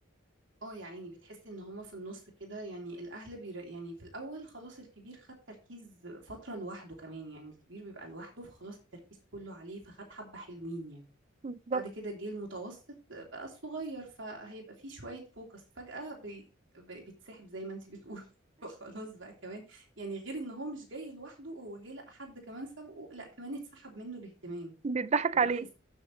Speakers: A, on the right; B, on the right.
A: اه يا عيني بتحسي ان هما في النص كده يعني الأهل بير يعني في الأول خلاص الكبير خد تركيز فترة لوحده كمان يعني الكبير بيبقى لوحده فخلاص التركيز كله عليه فخد حبة حلوين يعني
B: بالظبط
A: بعد كده جه المتوسط بقى الصغير فهيبقى فيه شوية فوكس فجأة بي... بي- بيتسحب زي ما انت بتقول <laughs> فخلاص بقى كمان يعني غير ان هو مش جاي لوحده هو جه لقى حد كمان سبقه لا كمان اتسحب منه الاهتمام
B: بيضحك
A: فبتحس
B: عليه